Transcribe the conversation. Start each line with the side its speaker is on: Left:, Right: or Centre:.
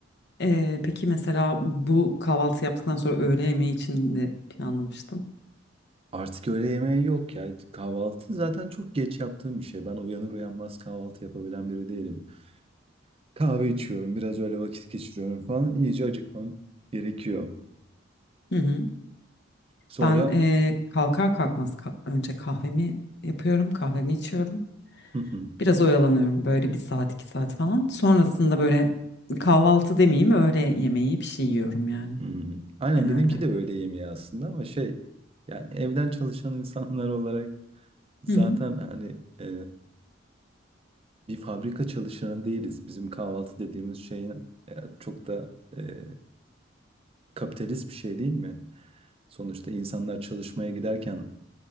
Left: Ee, peki mesela bu kahvaltı yaptıktan sonra öğle yemeği için ne planlamıştın?
Right: Artık öğle yemeği yok ya. Kahvaltı zaten çok geç yaptığım bir şey. Ben uyanır uyanmaz kahvaltı yapabilen biri değilim. Kahve içiyorum, biraz öyle vakit geçiriyorum falan. İyice acıkmam gerekiyor.
Left: Hı hı.
Right: Sonra...
Left: Ben eee, kalkar kalkmaz ka- önce kahvemi yapıyorum, kahvemi içiyorum.
Right: Hı hı.
Left: Biraz oyalanıyorum böyle bir saat iki saat falan. Sonrasında böyle kahvaltı demeyeyim öğle yemeği bir şey yiyorum yani
Right: Hmm. Aynen
Left: genelde.
Right: benimki de öğle yemeği aslında ama şey... Yani evden çalışan <laughs> insanlar olarak Zaten
Left: Hı hı.
Right: hani e, bir fabrika çalışanı değiliz. Bizim kahvaltı dediğimiz şey e, çok da e, e, kapitalist bir şey değil mi? Sonuçta insanlar çalışmaya giderken